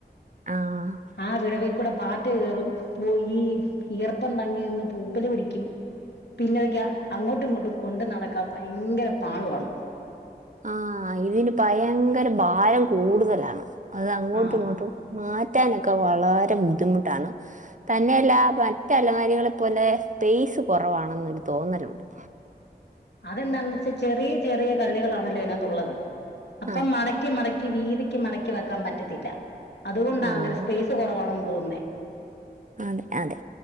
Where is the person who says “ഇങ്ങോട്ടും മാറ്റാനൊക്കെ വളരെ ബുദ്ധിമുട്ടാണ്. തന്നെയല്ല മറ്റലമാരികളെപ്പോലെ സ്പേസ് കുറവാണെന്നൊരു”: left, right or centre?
Right